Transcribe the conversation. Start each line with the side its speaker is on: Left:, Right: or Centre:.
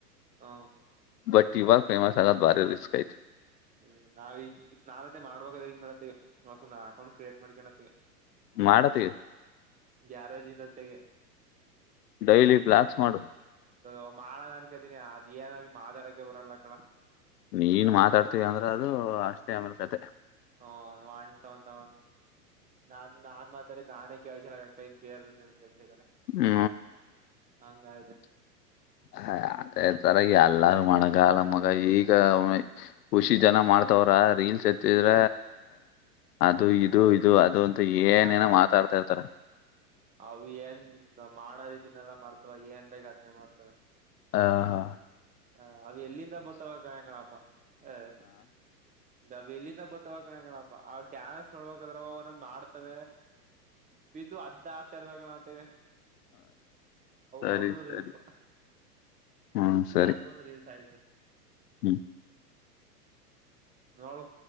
Right: ಹಾ.
Left: ಬಟ್ಟಿಿವ ಕೇಮ ಹಗ ಬಾರಿ ರಿಸ್ಕ ಇಟ್.
Right: ಹ್ಮ್ ನಾವ ಈಗ ನಾನ್ತ್ತ ಮಾಡ್ಬ ಅದೇ ಇನ್ ಮತ್ತಸ ಅಕೌಂಟ್ ಕ್ರಿಯೇಟ್ ಮಾಡಿಕಣತ್ತತಿ.
Left: ಮಾಡತಿ
Right: ಗ್ಯಾರಜಿಂದ ತೆಗೆ.
Left: ಡೈಲಿ ಲಾಕ್ಸ್ ಮಾಡು.
Right: ಅ ಮಾಳ ಅನ್ಕತೀನಿ ಅದ ಏನ ಮಾದ ಅಡಕ ಬರಲ್ಲ ಅ ಕಳ.
Left: ನೀನ್ ಮಾತಾಡ್ತೀವ ಅಂದ್ರೆ ಅದು ಅಷ್ಟೇ ಆಮೇಲೆ ಕತೆ.
Right: ಹ ಒಂಟು ಅಂತ ನಾನ್ ನಾನ್ ಮಾತರಿ ನಾನೇ ಕೇಳ್ಸ ಬೇರ್. ೇಳಿದ್ದಾರೆ.
Left: ಹ್ಮ.
Right: ಹಂಗ ಅದು.
Left: ಹ ಅದೇ ತರಗ ಅಲ್ಲು ಮಗಲ್ಲ ಮಗ ಈಗ ಖುಷಿ ಜನ ಮಾಡ್ತವ್ರ. ರೀಲ್ಸ್ ಎತ್ತಿದ್ರ ಅದು ಇದು ಇದು ಅದು ಮ
Right: ಹ
Left: ಏನೇನೋ ಮಾತಾಡ್ತಾ ಇರ್ತಾರೆ
Right: ಅವ ಏನ್ ಮಾಡದತಿನಲ್ಲ ಮಾಡ್ತವ ಏನ್ ಬೇಕ ಅದ್ನ್ನೇ ಮಾಡ್ತವೆ
Left: ಹಾ ಹಾ
Right: ಹ ಅವ ಎಲ್ಲಿಂದ ಬತ್ತಾವ ಕ ಕಣಪ ಹ ಎಲ್ಲಿಂದ ಬತವ ಕಣ ಕಣಪ್ಪ ಅವ ಡ್ಯಾನ್ಸ್ ನೋಡಬೇಕ ಅದ್ರ ಅವನೊಂದ್ ಮಾಡ್ತವೆ ಬಂದು ಅದ ಆಡ್ತಾ ಇರ್ದಾಗಣ ಹೊತ್ತಿಗೆ
Left: ಸರಿ
Right: ಹೌದು ರೀಲ್ಸು
Left: ಸರಿ ಹ್ಮ್ ಸರಿ
Right: ಅದ ಅದು ಒಂದು ರೀಲ್ಸ್ ಆಯು
Left: ಹ್ಮ್
Right: ನಾಳು